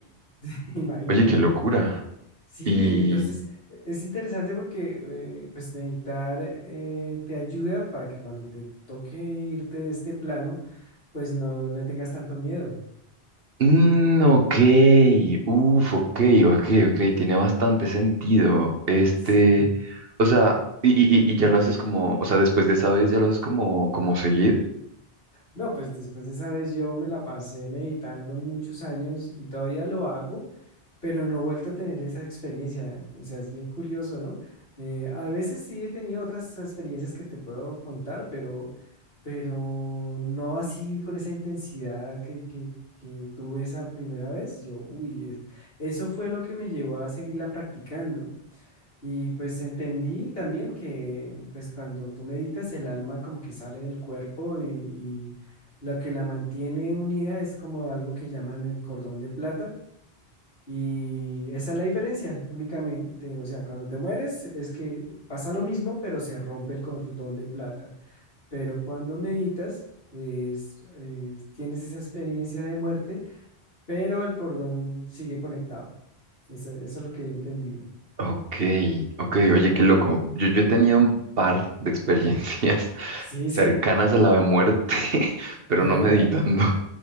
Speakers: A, on the left; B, on the right.
A: <laughs> Imagínate.
B: oye, qué locura.
A: Sí,
B: Y,
A: entonces e- es interesante porque eh, pues meditar eh, te ayuda para que cuando te toque irte de este plano, pues no le tengas tanto miedo.
B: mm, ok, uff, ok, ok, ok, tiene bastante sentido. Este,
A: Sí.
B: o sea, y, y, y- y ya lo haces como, o sea, después de esa vez ya lo haces como, como seguir.
A: No, pues después de esa vez yo me la pasé meditando muchos años y todavía lo hago, pero no he vuelto a tener esa experiencia. O sea, es bien curioso, ¿no? Eh, a veces sí he tenido otras experiencias que te puedo contar, pero, pero no así con esa intensidad que, que, que tuve esa primera vez. Yo, uy, es- eso fue lo que me llevó a seguirla practicando. Y pues entendí también que pues cuando tú meditas el alma como que sale del cuerpo y, y lo que la mantiene unida es como algo que llaman el cordón de plata y esa es la diferencia, únicamente, o sea, cuando te mueres es que pasa lo mismo, pero se rompe el cordón de plata. Pero cuando meditas, es- es- tienes esa experiencia de muerte, pero el cordón sigue conectado. Eso, eso es lo que he entendido.
B: Ok, ok, oye, qué loco. Yo, yo he tenido un par de experiencias <laughs>
A: Sí,
B: cercanas
A: sí,
B: a la de muerte, <laughs> pero
A: de
B: no
A: verdad.
B: meditando.